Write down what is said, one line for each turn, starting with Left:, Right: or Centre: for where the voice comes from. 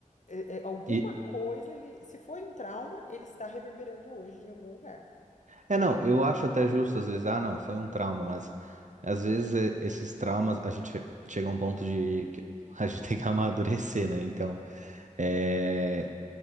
Left: É, é, alguma
Right: E,
Left: coisa, ele, se foi um trauma, ele está reverberando hoje em algum lugar.
Right: é, não, eu acho até justo, às vezes, ah, não, foi um trauma, mas às vezes é, esses traumas, a gente chega a um ponto de que a gente <laughs> tem que amadurecer, né? Então, é.